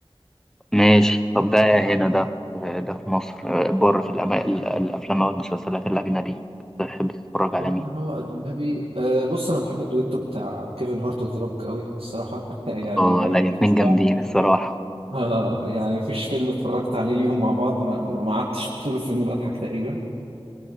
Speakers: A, in the centre; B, on the right.
A: ماشي طب ده هنا ده ده في مصر بره في الأما- ال- الافلام او المسلسلات الاجنبي بتحب تتفرج
B: بره
A: على مين
B: اجنبي أه بص انا بحب الدويتو بتاع كيفن هارت وذا روك قوي الصراحه <laughs> يعني
A: اه لا الاتنين
B: فظيع
A: جامدين الصراحه
B: اه يعني مفيش فيلم اتفرجت عليه ليهم مع بعض ما ما ما قعدتش طول الفيلم بضحك تقريبا